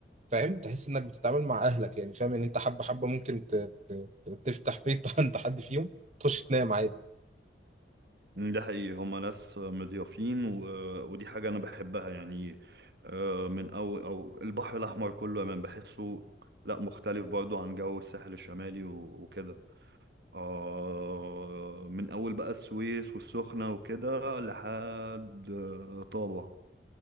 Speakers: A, on the right; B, on the right.
A: فاهم تحس انك بتتعامل مع اهلك يعني فاهم ان انت حبه حبه ممكن ت... ت... ت- تفتح بيت <laughs> عند حد فيهم تخش تنام عادي
B: مم، ده حقيقي هما ناس مضيافين و... ودي حاجة أنا بحبها يعني آه، من أو أو البحر الأحمر كله أنا بحسه لا مختلف برضو عن جو الساحل الشمالي و... وكده آه من أول بقى السويس والسخنة وكده لحد آه، طابة